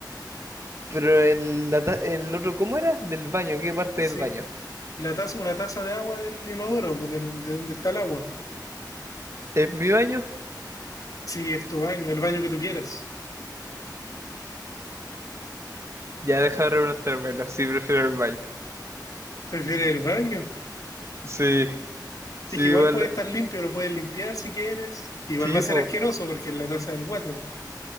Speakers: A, on the right (about 40°); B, on the left (about 50°).
A: Pero en la ta- en el otro, ¿cómo era? Del baño, ¿qué parte
B: Sí,
A: del baño?
B: la taza, una taza de agua del inodoro, pues del, de donde está el agua.
A: ¿Es mi baño?
B: Sí, es tu baño, el baño que tú quieras.
A: Ya deja de replantármelo, sí prefiero el baño.
B: ¿Prefieres el baño?
A: Sí, sí,
B: Dije, igual
A: igual,
B: puede estar limpio, lo puedes limpiar si quieres. Igual
A: sí,
B: va a ser
A: pues,
B: asqueroso porque es la taza del water.